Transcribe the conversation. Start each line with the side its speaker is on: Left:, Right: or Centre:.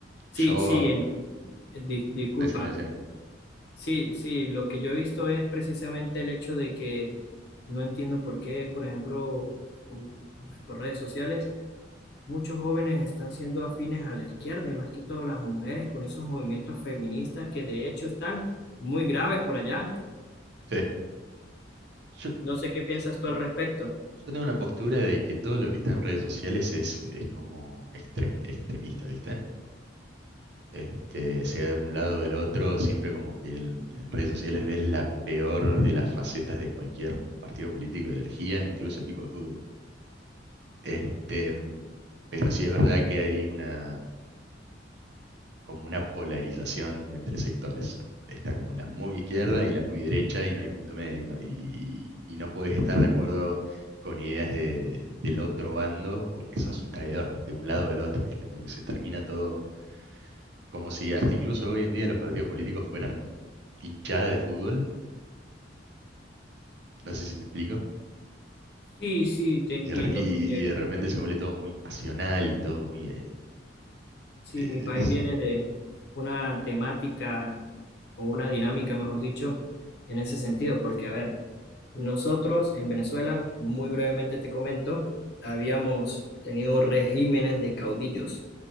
Left: Sí,
Right: Yo,
Left: sí, en- di- disculpa.
Right: decime, o sea,
Left: Sí, sí, lo que yo he visto es precisamente el hecho de que no entiendo por qué, por ejemplo, mm, por redes sociales Muchos jóvenes están siendo afines a la izquierda y más que todo las mujeres con esos movimientos feministas que de hecho están muy graves por allá.
Right: Sí, yo,
Left: No sé qué piensas tú
Right: mm,
Left: al respecto.
Right: yo tengo una postura de que todo lo que está en redes sociales es, es como extremi- extremista, ¿viste? Este, sea de un lado o del otro, siempre como que en, en redes sociales ves la peor de las facetas de cualquier partido político, ideología, incluso equipo de fútbol. Este, mm, pero sí es verdad que hay una como una polarización entre sectores. Está como la muy izquierda y la muy derecha y no hay punto medio. Y, y no puedes estar de acuerdo con ideas de, del otro bando porque sos un traidor, de un lado o del otro, ¿viste? Como que se termina todo, como si hasta incluso hoy en día los partidos políticos fueran hinchada de fútbol, no sé si me explico,
Left: Sí, sí, te entiendo,
Right: y de, re- y-
Left: porque
Right: y de repente se vuelve todo muy pasional y todo muy... eh,
Left: sí,
Right: eh,
Left: mi país
Right: o
Left: viene de una temática o una dinámica, mejor dicho, en ese sentido, porque a ver, Nosotros en Venezuela, muy brevemente te comento, habíamos tenido regímenes de caudillos,